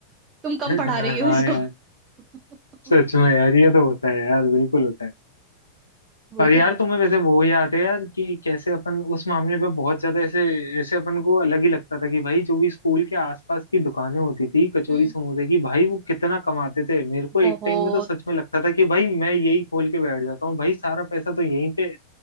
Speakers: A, on the right (about 25°); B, on the left (about 80°).
A: तुम कम
B: <laughs>
A: पढ़ा रही हो
B: हाँ
A: इसको
B: यार
A: <laughs>
B: सच में यार ये तो होता है यार बिल्कुल होता है
A: वही
B: पर यार
A: तो
B: तुम्हें वैसे वो याद है यार कि कैसे अपन उस मामले पे बहुत ज्यादा ऐसे ऐसे अपन को अलग ही लगता था कि भाई जो भी स्कूल के आसपास की दुकानें होती थी कचौरी
A: हम्म
B: समोसे की भाई वो कितना कमाते थे मेरे को एक
A: बहुत
B: टाइम में तो सच में लगता था कि भाई मैं यही खोल के बैठ जाता हूँ भाई सारा पैसा तो यहीं पे